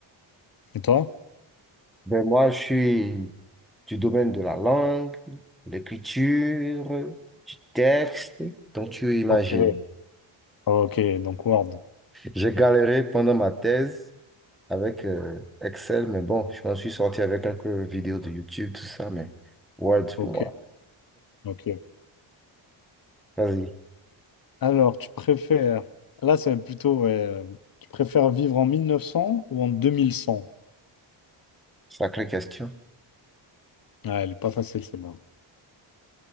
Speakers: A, on the left; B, in the centre.
A: Et toi?
B: Ben, moi, je suis du domaine de la langue, de l'écriture, du texte, donc tu imagines.
A: Ok. Ok, donc Word.
B: J'ai galéré pendant ma thèse. avec euh, Excel, mais bon, je m'en suis sorti avec quelques vidéos de YouTube, tout ça, mais Word
A: Ok,
B: pour moi.
A: ok.
B: Vas-y,
A: Alors, tu préfères, là c'est plutôt, ouais, euh, tu préfères vivre en 1900 ou en deux mille cent
B: sacrée question.
A: Ouais, elle est pas facile celle-là.